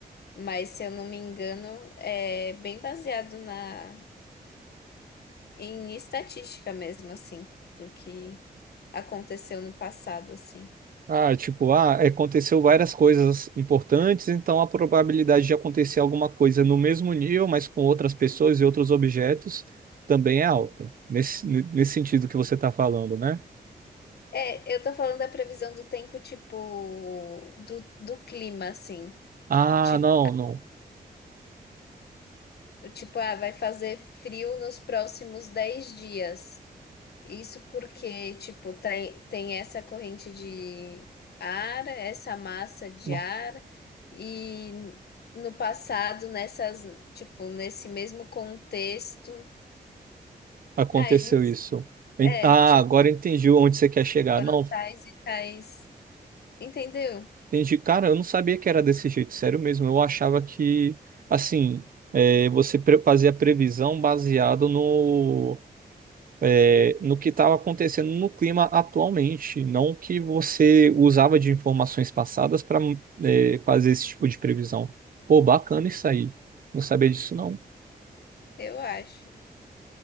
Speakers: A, on the left; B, on the right.
A: Mas, se eu não me engano, é bem baseado na em estatística mesmo, assim, do que aconteceu no passado, assim.
B: Ah, tipo, ah, aconteceu várias coisas importantes, então a probabilidade de acontecer alguma coisa no mesmo nível, mas com outras pessoas e outros objetos, também é alta. Nesse, nesse sentido que você está falando, né?
A: É, eu tô falando da previsão do tempo, tipo, do, do clima, assim.
B: Ah,
A: Tipo,
B: não, não.
A: tipo, ah, vai fazer frio nos próximos 10 dias. Isso porque, tipo, tem, tem essa corrente de ar, essa massa de
B: não.
A: ar, e no passado, nessas, tipo, nesse mesmo contexto,
B: Aconteceu
A: ai, não s-
B: isso. Ent-
A: é,
B: Ah,
A: tipo,
B: agora entendi onde você quer chegar.
A: foram
B: Não,
A: tais e tais, entendeu?
B: entendi. Cara, eu não sabia que era desse jeito, sério mesmo. Eu achava que, assim, é, você pre- fazia previsão baseado no é, no que estava acontecendo no clima atualmente, não o que você usava de informações passadas para eh, fazer esse tipo de previsão. Pô, bacana isso aí. Não sabia disso, não.
A: Eu acho,